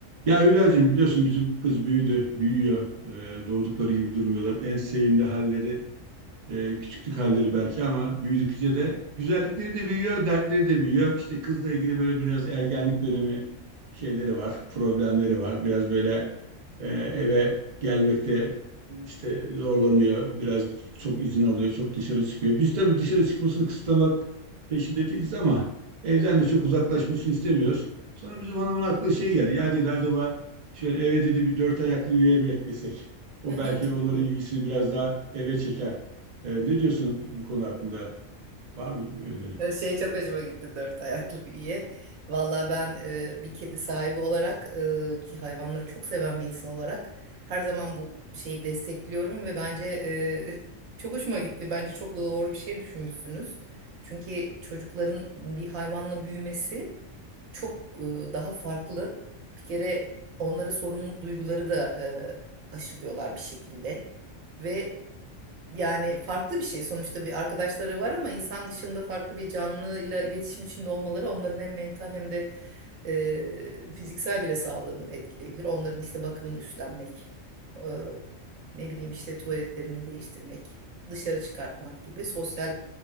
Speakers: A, on the right; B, on the right.
A: Ya Hülya'cığım biliyorsun bizim kız büyüdü, büyüyor. Ee, doğdukları gibi durmuyorlar. En sevimli halleri, e, küçüklük halleri belki ama büyüdükçe de güzellikleri de büyüyor, dertleri de büyüyor. İşte kızla ilgili böyle biraz ergenlik dönemi şeyleri var, problemleri var. Biraz böyle e, eve gelmekte işte zorlanıyor. Biraz çok izin alıyor, çok dışarı çıkıyor. Biz tabii dışarı çıkmasını kısıtlamak peşinde değiliz ama evden de çok uzaklaşmasını istemiyoruz. Sonra bizim hanımın aklına şey geldi. Ya dedi acaba şöyle eve dedi bir dört ayaklı üye mi eklesek? O
B: <laughs>
A: belki
B: Çok
A: onların
B: iyi.
A: ilgisini biraz daha eve çeker. E, ne diyorsun bu konu hakkında? Var mı bir öneri?
B: Ee, Şey çok hoşuma gitti dört ayaklı büyüye. Valla ben e, bir kedi sahibi olarak e, ki hayvanları çok seven bir insan olarak her zaman bu şeyi destekliyorum ve bence e, çok hoşuma gitti. Bence çok da doğru bir şey düşünmüşsünüz. Çünkü çocukların bir hayvanla büyümesi çok e, daha farklı. Bir kere onlara sorumluluk duyguları da e, aşılıyorlar bir şekilde. ve Yani farklı bir şey. Sonuçta bir arkadaşları var ama insan dışında farklı bir canlıyla iletişim içinde olmaları onların hem mental hem de e, fiziksel bile sağlığını etkileyebilir. Onların işte bakımını üstlenmek, e, ne bileyim işte tuvaletlerini değiştirmek, dışarı çıkartmak gibi sosyal